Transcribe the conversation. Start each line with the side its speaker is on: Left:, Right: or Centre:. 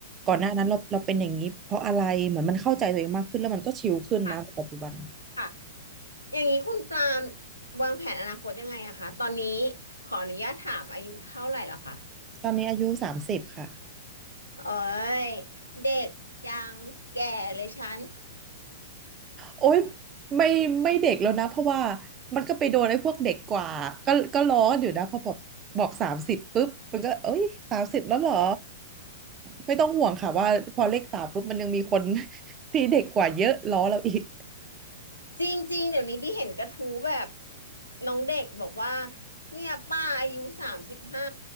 Right: ก่อนหน้านั้นเราเราเป็นอย่างนี้เพราะอะไรเหมือนมันเข้าใจตัวเองมากขึ้นแล้วมันก็ชิลขึ้นนะในปัจจุบัน
Left: ค่ะค่ะอย่างนี้คุณปรามวางแผนอนาคตยังไงอะคะตอนนี้ขออนุญาตถามอายุเท่าไหร่แล้วคะ
Right: ตอนนี้อายุสามสิบค่ะ
Left: โอ้ยเด็กยังแก่เลยฉัน
Right: โอ๊ยไม่ไม่เด็กแล้วนะเพราะว่ามันก็ไปโดนไอ้พวกเด็กกว่าก็ก็ร้อนอยู่นะพอบอกบอกสามสิบปุ๊บมันก็เอ้ยสามสิบแล้วเหรอไม่ต้องห่วงค่ะว่าพอเลขสามปุ๊บมันยังมีคน <laughs> ที่เด็กกว่าเยอะล้อเราอีก
Left: จริงๆเดี๋ยวนี้พี่เห็นกระทู้แบบน้องเด็กบอกว่าเนี่ยป้าอายุสามสิบห้า